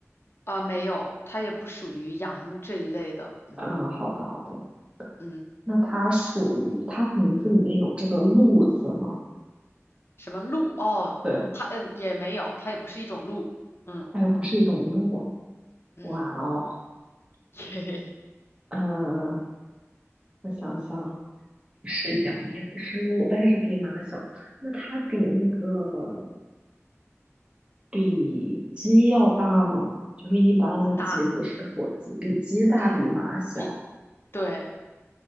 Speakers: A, on the left; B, on the right.
A: 啊、没有，它也不属于羊这一类的。嗯
B: 嗯，好的好的。
A: 嗯，
B: 那它属于它名字里面有这个鹿字吗？
A: 什么鹿？哦，
B: 对，
A: 它嗯也没有，它也不是一种鹿。嗯
B: 它也不是一种鹿啊。
A: 嗯。
B: 哇哦，
A: <laughs>
B: 嗯、我想想，不是羊，也不是鹿，但是比马小。那它比那个比鸡要大吗？就是一般的鸡，
A: 大，
B: 不是火鸡，比鸡大，
A: 嗯，
B: 比马小。
A: 比，对，